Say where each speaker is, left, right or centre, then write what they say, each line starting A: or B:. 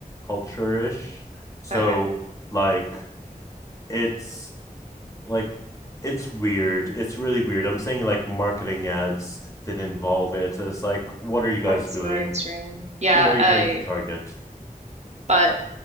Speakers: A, on the left (about 20°); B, on the right (about 50°).
A: culture ish. So
B: okay.
A: like it's like it's weird. It's really weird. I'm seeing like marketing ads that involve it. It's like, what are you guys
B: That's
A: doing?
B: very strange. Yeah,
A: Who are you
B: I
A: trying to target?
B: but